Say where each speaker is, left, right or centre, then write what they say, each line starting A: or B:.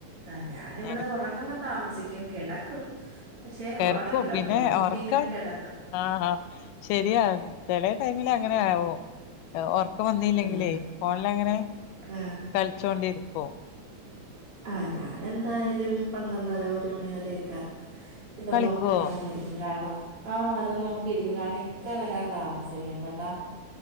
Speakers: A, on the right (about 45°); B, on the left (about 85°).
A: ആ് ഞാനിവിടെ
B: ഞാനും
A: ഉറങ്ങാൻ താമസിക്കും കിടക്കും പക്ഷെ
B: കിടക്കും
A: ഉറങ്ങത്തില്ല
B: പിന്നെ
A: ഫോണും നോക്കി
B: ഉറക്കം
A: ഇങ്ങനെ കിടക്കും
B: ആഹ ആ ശരിയാ ചില ടൈമിൽ അങ്ങനെ ആകും ഒറക്ക വരു ഒറക്കം വന്നല്ലെങ്കിലേ
A: ആഹ്
B: ഫോണിൽ അങ്ങനെ
A: ആഹ്
B: കളിച്ചോണ്ടിും ഓ
A: ആ ഞൻ എന്തായാലും പന്ത്രണ്ട്ണ്ടരാ ഒരു മണി വരക്കെ ഇതൊന്നും
B: കളിക്കുവോ
A: ഇങ്ങനെ തന്നൊയിരിക്കും കാണണം ആഹ അത നോക്കിയിരിക്കും കാരണം ഇക്ക വരാൻ താമസിക്കും കേട്ടാ